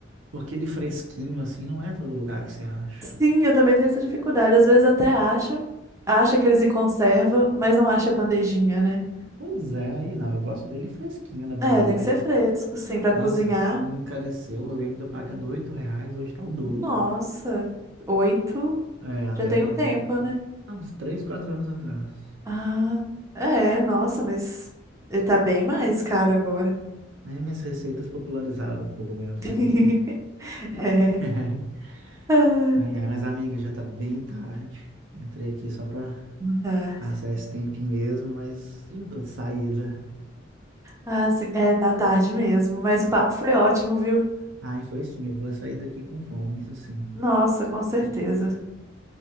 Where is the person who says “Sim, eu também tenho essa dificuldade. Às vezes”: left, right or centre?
Right